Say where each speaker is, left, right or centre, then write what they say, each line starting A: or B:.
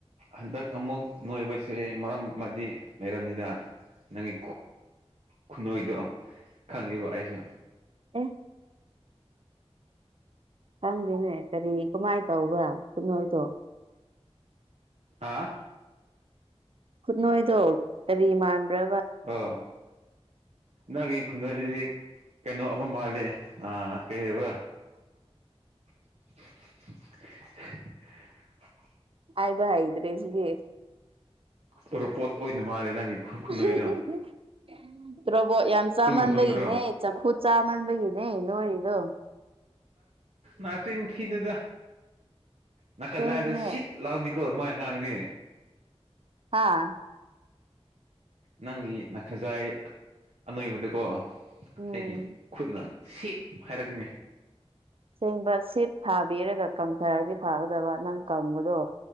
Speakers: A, on the right (about 80°); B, on the right (about 55°).
A: ꯍꯟꯗꯛ ꯑꯃꯨꯛ ꯅꯣꯏꯕꯁꯦ ꯃꯔꯝ ꯑꯃꯗꯤ ꯂꯩꯔꯕꯝꯅꯤꯗ ꯅꯪꯒꯤ ꯈꯨꯅꯣꯏꯗꯣ ꯈꯪꯉꯦꯕ ꯑꯩꯁꯨ
B: ꯎꯝ ꯈꯪꯗꯦꯅꯦ ꯀꯔꯤ ꯀꯃꯥꯏꯅ ꯇꯧꯕ꯭ꯔꯥ ꯈꯨꯠꯅꯣꯏꯗꯣ
A: ꯍꯥꯥ
B: ꯈꯨꯠꯅꯣꯏꯗꯣ ꯀꯔꯤ ꯃꯥꯟꯕ꯭ꯔ
A: ꯑꫭ ꯅꯪꯒꯤ ꯈꯨꯗꯏꯁꯤꯗꯤ ꯀꯩꯅꯣ ꯑꯃ ꯃꯥꯜꯂꯤ ꯑꯥ ꯀꯩ ꯍꯥꯏꯕ <unintelligible>
B: ꯍꯥꯏꯕ ꯍꯩꯗ꯭ꯔꯦꯁꯤꯗꯤ
A: ꯑꯣꯔꯣ ꯄꯣꯠ ꯑꯣꯏꯅ ꯃꯥꯜꯂꯦ ꯅꯪꯒꯤ
B: <unintelligible>
A: ꯈꯨꯅꯣꯏꯗꯣ
B: ꯔꯣꯕꯣꯠ ꯌꯥꯝ ꯆꯥꯃꯟꯕꯒꯤꯅꯦ
A: ꯆꯨꯝꯕꯨ ꯆꯨꯝꯗ꯭ꯔꯣ
B: ꯆꯝꯐꯨꯠ ꯆꯥꯃꯟꯕꯒꯤꯅꯦ ꯅꯣꯏꯔꯤꯗꯣ
A: ꯅꯥꯆꯤꯟ ꯊꯤꯗꯨꯗ ꯅꯥꯀꯖꯗꯨ
B: ꯑꯁꯦꯡꯕꯅꯦ
A: ꯁꯤꯠ ꯂꯥꯎꯅꯤ ꯀꯃꯥꯏ ꯉꯥꯡꯗꯤ
B: ꯍꯥꯥ
A: ꯅꯪꯒꯤ ꯈꯖꯥꯏ ꯑꯅꯣꯏꯕꯗꯀꯣ ꯑꯩꯒꯤ
B: ꯎꯝ
A: ꯈꯨꯠꯅ ꯁꯦꯠ ꯍꯥꯏꯔꯒꯅꯤ
B: ꯁꯦꯡꯕ ꯁꯤꯠ ꯊꯥꯕꯤꯔꯒ ꯀꯪꯊꯔꯗꯤ ꯐꯥꯒꯗꯕ ꯅꯪ ꯀꯪꯕꯗꯣ